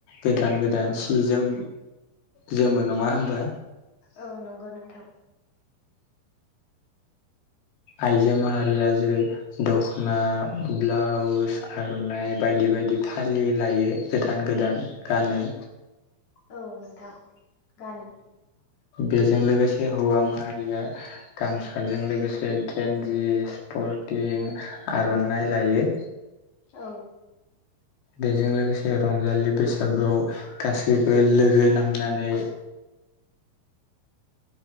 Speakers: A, on the left; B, on the left.
A: गोदान गोदान सि जोम जोमो नङा होमबा
B: औ नंगौ नोंथां
A: आइजो माहारिया जेरै दख'ना ब्लाउस आर'नाइ बायदि बायदि फालि लायो गोदान गोदान गानो
B: औ नोंथां गानो
A: बेजों लोगोसे हौवा माहारिया गामसाजों लोगोसे गन्दि स्पर्टिं आर'नाइ लायो
B: औ
A: बेजों लोगोसे रंजालि बैसागुआव गासैबो लोगो नांनानै